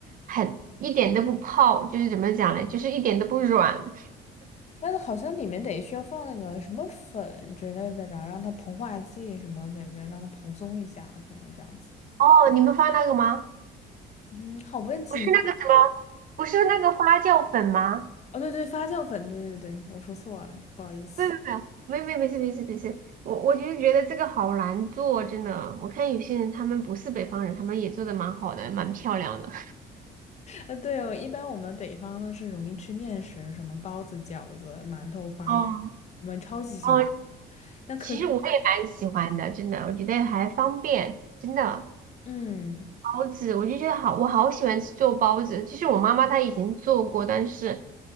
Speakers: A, on the right (about 55°); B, on the left (about 40°).
A: 很很一点都不泡，就是怎么讲呢，就是一点都不软。
B: 但是好像里面得需要放那个什么粉之类的，然后让它膨化剂什么给它让它蓬松一下，可能这样子。
A: 哦，你们发那个吗？
B: 嗯，好问题。
A: 不是那个什么，不是那个发酵粉吗？
B: 哦，对对，发酵粉，对对对，我说错了，不好意思。
A: 没有没有没有没事没事没事，我我就是觉得这个好难做，真的。我看有些人他们不是北方人，他们也做的蛮好的，蛮漂亮的。
B: 呃，对哦，一般我们北方都是容易吃面食，什么包子、饺子、馒头、
A: <laughs>
B: 花卷，
A: 哦
B: 我们超级喜欢。
A: 哦，
B: 但可，
A: 其实我也蛮喜欢的，真的，我觉得还方便，真的。
B: 嗯，
A: 包子，我就觉得好，我好喜欢吃做包子。就是我妈妈她以前做过，但是，